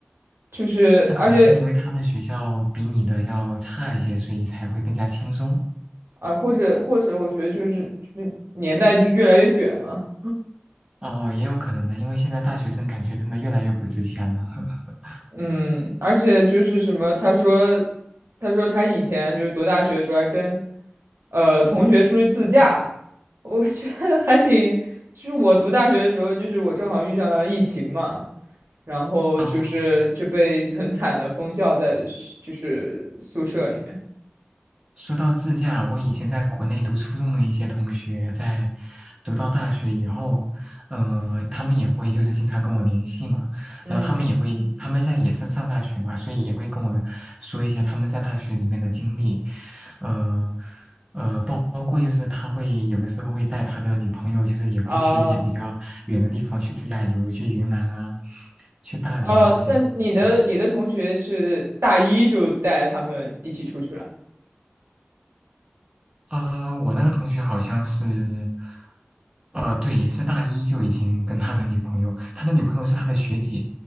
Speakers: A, on the right; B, on the right.
A: 就是而且
B: 那可能是因为他的学校比你的要差一些，所以才会更加轻松。
A: 啊、或者或者我觉得就是就是年代就是越来越卷了。
B: 哦，也有可能的，因为现在大学生感觉真的越来越不值钱了。<laughs>
A: 嗯，而且就是什么，他说他说他以前就是读大学的时候还跟呃同学出去自驾，<laughs> 我觉得还挺，就是我读大学的时候，就是我正好遇上了疫情嘛。然后就是就被很惨的封校在学就是宿舍里面。
B: 哦说到自驾，我以前在国内读初中的一些同学，在读到大学以后，呃，他们也会就是经常跟我联系嘛，
A: 嗯，
B: 然后他们也会，他们现在也是上大学嘛，所以也会跟我说一些他们在大学里面的经历，呃呃，包包括就是他会有的时候会带他的女朋友，就是也会去一些比较远的地方去自驾游，
A: 啊
B: 去云南啊，去大理啊那些地方。
A: 啊，那你的你的同学是大一就带他们一起出去了
B: 嗯啊、我那个同学好像是，呃，对，是大一就已经跟他的女朋友，他的女朋友是他的学姐，